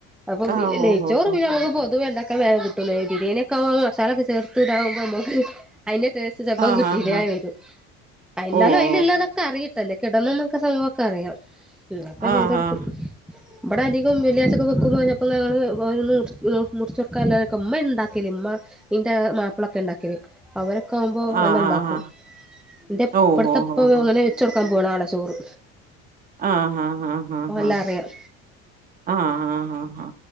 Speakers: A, in the centre; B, on the right.
A: അപ്പൊ
B: ആഹ് ഓ
A: നെയ്‌ച്ചോറ്
B: ഓ ഓ
A: പിന്നെ നമുക്ക് പൊതുവേ ഇണ്ടാക്കാൻ വേഗം കിട്ടൂനലെ. ബിരിയാണി ഒക്കെ ആവു <unintelligible> മസാല ചെർത്ത് ഇതാവുമ്പോ മ്മക്ക് അയിന്റെ ടെസ് ചെലപ്പം
B: ആഹ്
A: കിട്ടില്ല്യാ
B: ആഹ് ആഹ്
A: വെരും എന്നാലും
B: ഓ ഓ
A: അയിന്ഉള്ളതൊക്കെ അറി <unintelligible> കിടന്ന നമ്മക്ക് ആ സംഭവൊക്കെ അറിയാം ൽ ഒക്കെ
B: ആഹ്
A: ചെയ്തോടുക്കും.
B: ആഹ്
A: ബടെ അതികും വെള്ളിഴ്ച ഒക്കെ വെക്കുമ്പോ പിന്നേ അപ്പൊ ഞങ്ങള് ഓരോന്ന് മുർ മു മുറിച്ചോർക്കാ ഉള്ളതൊക്കെ ഉമ്മ ഉണ്ടാക്കല് ഉമ്മ ഇന്റെ മാപ്പിളൊക്കെ ഇണ്ടാ അവരൊക്കെ ആവുമ്പോ
B: ആഹ് ആഹ്
A: വല്ലാം
B: ആഹ്
A: ണ്ടാക്കും.
B: ആഹ്
A: ഇന്റെ
B: ഓ
A: ഇബടത്ത
B: ഓ
A: ഇപ്പ
B: ഓ ഓ
A: അങ്ങനെ ച്ച് കൊടുക്കാൻ പോണാളാ ചോറ്
B: ആഹ് ഹാ ഹാ ഹാ
A: ഓഹ്
B: ഹാ
A: എല്ലാം അറിയാം
B: ആഹ് ആഹ് ഹാ ഹാ